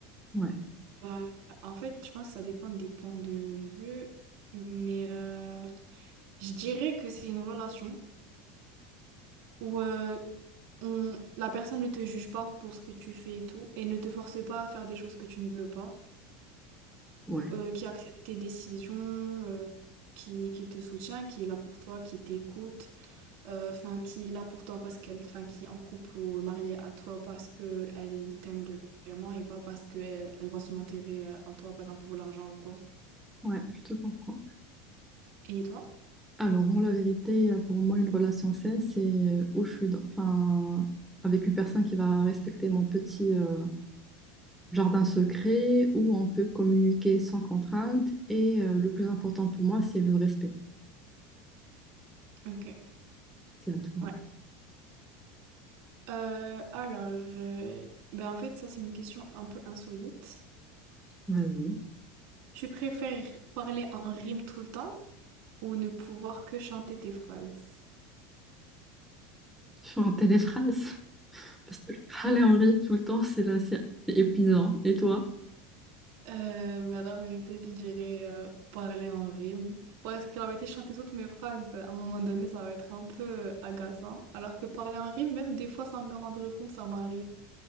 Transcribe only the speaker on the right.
Bah, en fait, je pense que ça dépend des points de vue, mais euh, je dirais que c'est une relation où euh, on, la personne ne te juge pas pour ce que tu fais et tout, et ne te force pas à faire des choses que tu ne veux pas,
euh, qui accepte tes décisions, euh, qui, qui te soutient, qui est là pour toi, qui t'écoute, euh, enfin, qui est là pour toi parce qu'elle, enfin, qui est en couple ou mariée à toi parce qu'elle t'aime vraiment et pas parce qu'elle elle voit son intérêt euh, en toi, par exemple, pour l'argent ou quoi.
Et toi?
Ok.
Ouais. Euh, alors, euh, ben en fait, ça c'est une question un peu insolite.
Tu préfères parler en rime tout le temps ou ne pouvoir que chanter tes phrases?
Euh, ben la vérité, je dirais euh, parler en rime. Parce que la vérité, chanter toutes mes phrases, à un moment donné, ça va être un peu euh, agaçant. Alors que parler en rime, même des fois sans me rendre compte, ça m'arrive.